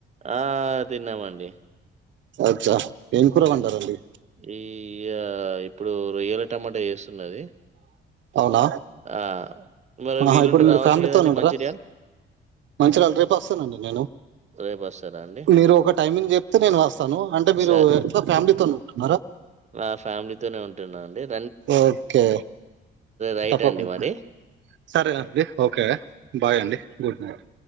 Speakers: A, on the right (about 35°); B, on the right (about 70°).
A: ఆ తిన్నామండి
B: అచ్చా ఏం కూర
A: ఊ
B: వండారండి
A: ఈ యా ఇప్పుడు రొయ్యల టమాటా చేస్తున్నది.
B: అవునా
A: ఆ! మరి
B: ఆహా
A: వీలుంటే
B: ఇప్పుడు మీరు
A: రావచ్చు
B: ఫ్యామిలీతో
A: కదండీ
B: ఉంటారా
A: మంచిర్యాల్.
B: మంచిగాళ రేపు వస్తానండి నేను
A: రేపొస్తారా అండి?
B: మీరు ఒక టైమింగ్ చెప్తే నేను
A: స
B: వస్తాను అంటే మీరు
A: స
B: ఫ్యామిలీతో ఉంటున్నారా
A: ఆ ఫ్యామిలీతోనే ఉంటా జనాల్ లేల్
B: ఓకే
A: రైట్
B: తప్పకుండా
A: అండి మరి.
B: సరేనండి ఓకే బాయ్ అండి గుడ్ నైట్